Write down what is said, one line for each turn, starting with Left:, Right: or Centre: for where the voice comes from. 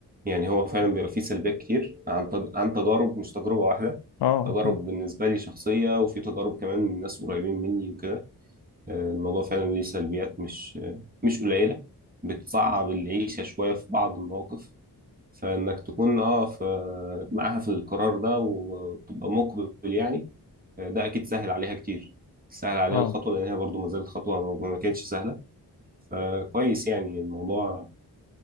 Right: يعني هو فعلا بيبقى فيه سلبيات كتير عن تج- عن تجارب مش تجربه واحده
Left: اه
Right: تجارب
Left: اكيد
Right: بالنسبه لي شخصيه وفي تجارب كمان من ناس قريبين مني وكده آه، الموضوع فعلا ليه سلبيات مش آه، مش قليله بتصعب العيشه شويه في بعض المواقف فانك تكون اه في- معاها في القرار ده وتبقى مقبل يعني آه، ده اكيد سهل عليها كتير سهل عليها
Left: اه
Right: الخطوه لان هي برضو ما زالت خطوه ما ما كانتش سهله فكويس يعني الموضوع